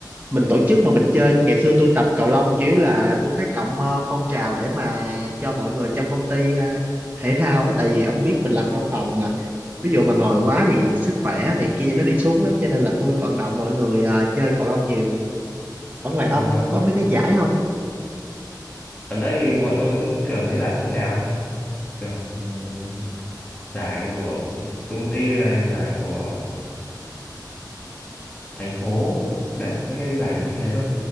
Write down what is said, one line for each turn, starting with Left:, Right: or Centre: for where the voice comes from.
Right: mình tổ chức mà mình chơi ngày xưa tôi tập cầu lông chủ yếu là tôi phát động ờ, phong trào để mà cho mọi người trong công ty ờ, thể thao á tại vì ông biết mình làm văn phòng mà ví dụ mà ngồi quá thì sức khỏe này kia nó đi xuống lắm cho nên là tôi vận động mọi người ờ, chơi cầu lông nhiều ở ngoài ông
Left: à
Right: có mấy cái giải không
Left: ở đây thì bọn tôi cũng kiểu mấy giải phong trào thôi kiểu ừm, giải của công ty này giải của thành phố đấy mấy cái giải đấy như thế thôi